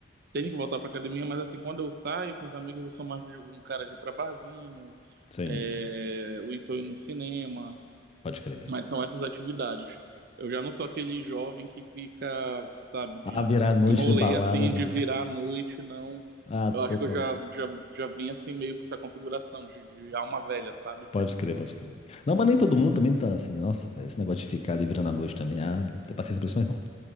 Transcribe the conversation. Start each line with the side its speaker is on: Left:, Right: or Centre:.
Right: tenho que voltar para academia, mas, assim, quando eu saio com os amigos, eu sou mais de- um cara de ir pra barzinho,
Left: sim.
Right: é, ou então ir no cinema.
Left: Pode crer.
Right: Mas são essas atividades. Eu já não sou aquele jovem que fica, sabe, de
Left: Ah, virar noite
Right: enrolei
Left: de balada,
Right: assim,
Left: não,
Right: de
Left: né?
Right: virar à noite, não.
Left: Ah, tô
Right: Eu acho que
Left: pra...
Right: eu já, já, já vim assim meio com essa configuração de, de alma velha, sabe?
Left: Pode crer, pode crer. Não, mas nem todo mundo também tá assim, nossa, velho, esse negócio de ficar ali virando a noite também, ah, não tem paciência pra isso mais não.